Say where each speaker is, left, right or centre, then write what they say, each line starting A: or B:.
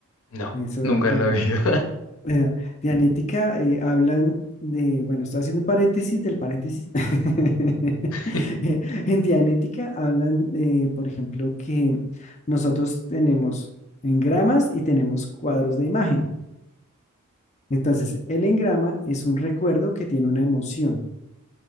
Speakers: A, on the left; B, on the left.
A: No,
B: eso,
A: nunca
B: bueno,
A: en la vida.
B: Bueno, de anética eh, hablan de, bueno, estoy haciendo un paréntesis del paréntesis. <laughs>
A: <laughs>
B: Eh, En Dianética hablan, eh, por ejemplo, que nosotros tenemos engramas y tenemos cuadros de imagen. Entonces, el engrama es un recuerdo que tiene una emoción